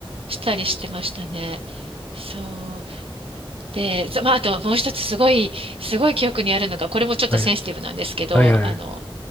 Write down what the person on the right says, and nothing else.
したりしてましたね。そう。で、ざまあ、あともう一つすごい、すごい記憶にあるのが、これもちょっとセンシティブなんですけど、
あの、